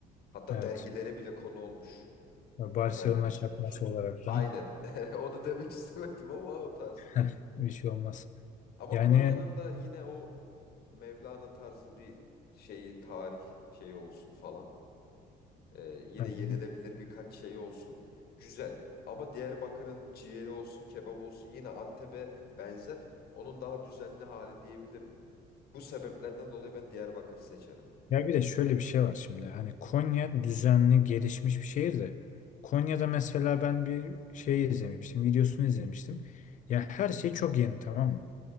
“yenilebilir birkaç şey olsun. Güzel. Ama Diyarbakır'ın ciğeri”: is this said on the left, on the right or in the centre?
Left